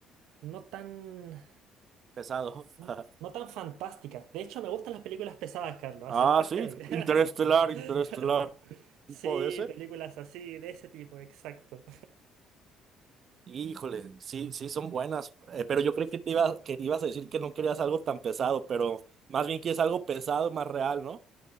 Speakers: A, on the right; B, on the right.
A: no tan...
B: Pesado.
A: No,
B: <laughs>
A: no tan fantásticas. De hecho, me gustan las películas pesadas, Carlos.
B: Ah,
A: Acertaste
B: sí,
A: ahí.
B: Interestelar, Interestelar.
A: <laughs> Sí,
B: ¿Tipo de ese?
A: películas así, de ese tipo, exacto.
B: Híjole, sí, sí, son buenas. Eh, pero yo creí que te ibas, que ibas a decir que no querías algo tan pesado, pero más bien quieres algo pesado, más real, ¿no?